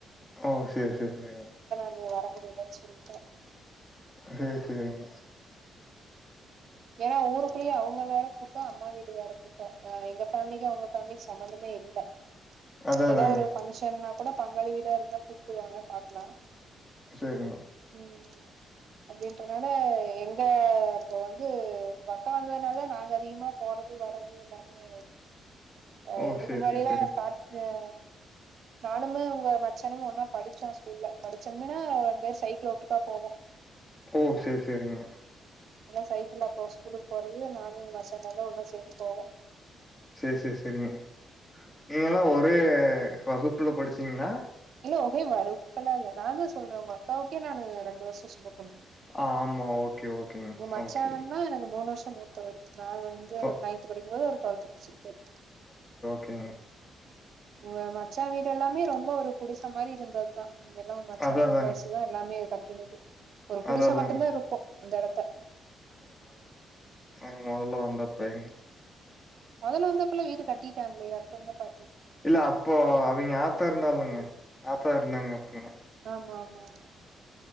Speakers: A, on the left; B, on the right.
A: ஓ சேர் சேர் சேரிங்க
B: ம் வர முடிலன் சொல்ட்டே
A: சேர் சேரிங்க
B: ஏனா ஊருக்குளியே அவுங்க வேற கூட்டோ அம்மா வீடு வேற கூட்டோ அ எங்க ஃபேமிலிக்கு அவுங்க பேமிலிக் சம்மந்தமே இல்ல
A: அதான்
B: எதோ
A: அதாங்க.
B: ஒரு பங்ஷன்னா கூட பங்காளி வீடா இருந்தா கூப்டுவாங்க பாக்லா
A: சேரிங்க
B: ம் அப்டின்றனால எங்க அப்போ வ ந்து உங்கக்கா வந்ததுனாலதா நாங்க அதிகமா போறது வரது எல்லாமே அ
A: ஓ!
B: இதுக்கு
A: சரி,
B: முன்னாடி
A: சரி,
B: எல்லா
A: சரி.
B: சாட் அ நானுமு உங்க மச்சானுமு ஒன்னா படிச்சோ ஸ்கூல்ல படிச்சதுமே ரெண் பேர் சைக்கிள்ல ஒட்டுக்கா போவோ
A: போ சேர் சேரிங்க
B: எல்லா சைக்கிள்ல அப்போ ஸ்கூலுக் போறது நானு உங் மச்சாலாந்தா ஒன்னா சேந்து போவோ
A: சே சே செரிங்க நீங்க எல்லா ஒரே வகுப்புல படிச்சிங்ளா
B: இல்ல ஒகே வருப்பல்லா இல்ல நானு சொல்றே உங்க அக்காவுக்கே நானு ரெண்டு வருஷோ ஸ் சின்ன பொண்ணு
A: ஆமா. ஓகே, ஓகேங்க.
B: உ மச்சானன்னா
A: ஓகே.
B: எனக்கு மூனு வர்ஷ் த்தா மூத்தவரு நா வந்து
A: ஓ
B: ஒரு நைன்த் படிக்கும்போது அவுரு டுவல்த் படிச்சிருப்பாரு
A: கேங்க
B: உங்க மச்சா வீடு எல்லாமே ரொம்ப ஒரு குடிச மாரி இருந்தத்தா ம் எல்லா உ மச்சா
A: அதான்
B: சம்பாரிச்சுதா
A: அதாங்க.
B: எல்லாமே அது கட்டுணுது ஒரு குடுச
A: அதான் அதாங்க.
B: மட்டுந்தா இருக்கு அந்த எடத்த
A: நாங் மொதல்ல வந்தப்பயாங்க
B: மொதல்ல வந்தப்பலா வீடு கட்டிட்டாங்ளே அப்ப எங்க பா
A: இல்ல அப்போ அவிங்க ஆத்தா இருந்தா இல்லங்க ஆத்தா இருந்தாங்க அப்பிங்க
B: ஆமா ஆமா ஆமா